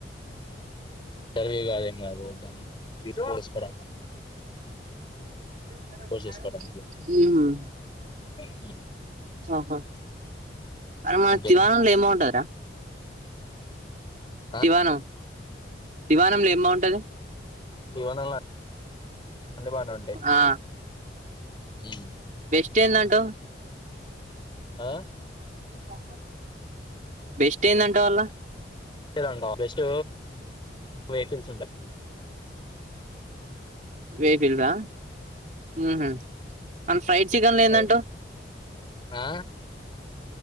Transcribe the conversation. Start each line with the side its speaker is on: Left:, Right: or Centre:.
Left: సరవి కాదం <unintelligible> కుంగా
Right: మ్మహ్
Left: చేసుకోవడానికి మ్మహ్
Right: ఆహో మర మన
Left: ఇంకేంది
Right: తివానల ఎం బావుంటదిరా
Left: ఆ
Right: దివాను దివానంలో ఎం బాగుంటది
Left: ఈవనంలో అన్ని బానే ఉంటాయి
Right: ఆ
Left: ఉ
Right: బెస్ట్ ఎందంటావ్
Left: ఆ
Right: కొ బెస్ట్ ఏయిందంటే వాళ్ళ
Left: ఇదంటా బెస్ట్ వేఫల్స్ ఉంట
Right: వేపిల్స్ ఆ మ్మహు మన ఫ్రైడ్ చికెన్లో ఎందంటావ్
Left: అదే ఆ